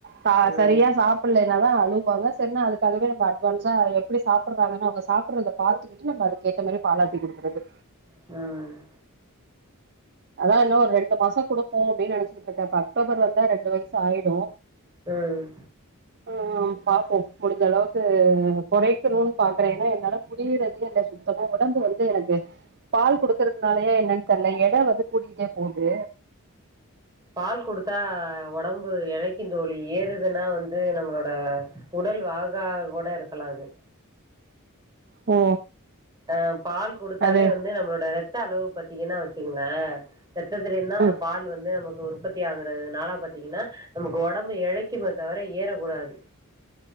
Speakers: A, on the right; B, on the right.
A: ச
B: ம்
A: சரியா சாப் <unintelligible> என்னவோ அழுவாங்க செரின் அதுக்காகவே நம அட்வான்ஸா எப்டி சாப்பறாங்கன்னு அவுங்க சாப்பறத பாத்து வந்துட்டு நம்ம அதுக்கு ஏத்த மாரி பாலாத்தி குடுக்குறது
B: ம்
A: அதா இன்னு ஒரு ரெண்டு மாசோ குடுப்போ அப்டின் நெனச்சிட்ருக்கே இப்ப அக்டோபர் வந்தா ரெண்டு வயசு ஆயிடு
B: ம்
A: ம் பாப்போ முடிச்ச அளவுக்கு கொறைக்கணுன் பாக்குற ஏன்னா என்னால முடியறதே இல்ல சுத்தமா உடம்பு வந்து எனக்கு பால் குடுக்கறதுனாலயே என்னன் தெர்ல எட வந்து கூடிக்கிட்டே போது
B: பால் குடுத்தா உடம்பு இழைக்கு தோழி ஏறுதுன்னா வந்து நம்மளோட உடல் வாகா கூட இருக்கலா அது
A: ஓ
B: அ பால் குடுத்தாலே
A: அது
B: வந்து நம்மளோட இரத்த அளவு பத்தீங்கன்னா வச்சுங்க ரத்தல இருந்தா அந்த
A: ம்
B: பால் வந்து நமக்கு உற்பத் ஆகுறிறதுனால பாத்தீங்கன்னா நமக்கு உடம்பு இழைக்கும்மோ தவிர ஏறக்கூடாது